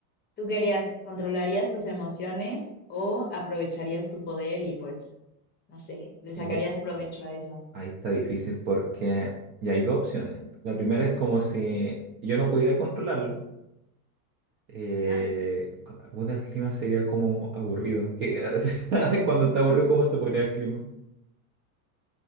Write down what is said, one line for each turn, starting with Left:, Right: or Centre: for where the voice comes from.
Left: ¿Tú querías, controlarías tus emociones o aprovecharías tu poder y pues, no sé, le sacarías
Right: Y
Left: provecho a eso?
Right: ahí está difícil porque ya hay dos opciones. La primera es como si yo no pudiera controlarlo. Eh,
Left: Ajá.
Right: cu- puta, el clima sería como aburrido. Que, <laughs> cuando está aburrido, ¿cómo se pone el clima?